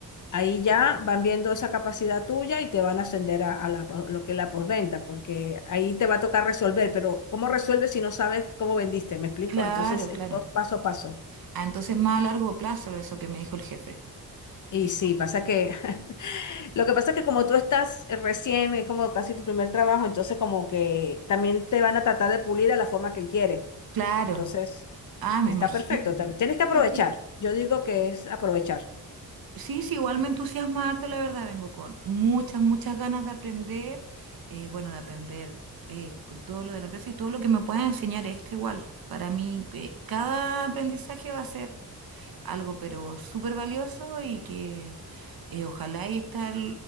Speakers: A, on the left; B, on the right.
A: Ahí ya van viendo esa capacidad tuya y te van a ascender a, a la, po- lo que es la postventa, porque ahí te va a tocar resolver, pero ¿cómo resuelves si no sabes cómo vendiste? ¿Me explico?
B: Claro,
A: Entonces,
B: claro.
A: es todo paso a paso.
B: Ah, entonces más a largo plazo eso que me dijo el jefe.
A: Y
B: Dije,
A: sí, pasa que <laughs> lo que pasa es que como tú estás eh, recién, es como casi tu primer trabajo, entonces como que también te van a tratar de pulir a la forma que él quiere.
B: Claro,
A: Entonces,
B: Ah, me
A: está
B: imagino.
A: perfecto. También tienes que aprovechar.
B: Sí, sí,
A: Yo digo que es aprovechar.
B: Sí, sí, igual me entusiasma harto, la verdad, vengo con muchas, muchas ganas de aprender, eh, bueno, de aprender eh, todo lo de la empresa y todo lo que me puedan enseñar extra igual. Para mí, eh, cada aprendizaje va a ser algo pero súper valioso y que eh, ojalá y estar